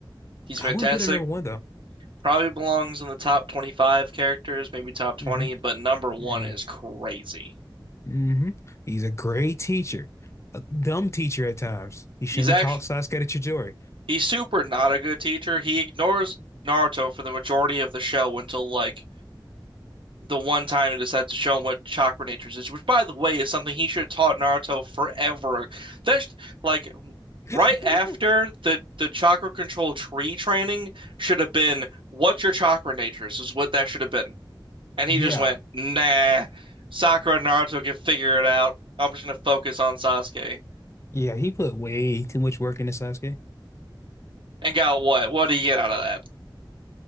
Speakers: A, on the right; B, on the left.
A: he's
B: I
A: fantastic.
B: wouldn't put it number one though.
A: Probably belongs in the top 25 characters, maybe top 20,
B: hmm
A: but number one
B: hmm
A: is crazy.
B: hmm He's a great teacher, a dumb teacher at times. He shouldn't
A: He's actually
B: have taught Sasuke to Chidori.
A: he's super not a good teacher. He ignores Naruto for the majority of the show until like the one time he decides to show him what chakra natures is, which by the way is something he should have taught Naruto forever. That's like
B: <laughs>
A: right after the the chakra control tree training should have been what's your chakra natures is what that should have been. And
B: Yeah,
A: he just went, nah, Sakura and Naruto can figure it out. I'm just gonna focus on Sasuke.
B: yeah, he put way too much work into Sasuke. <laughs>
A: And got what? What do you get out of that?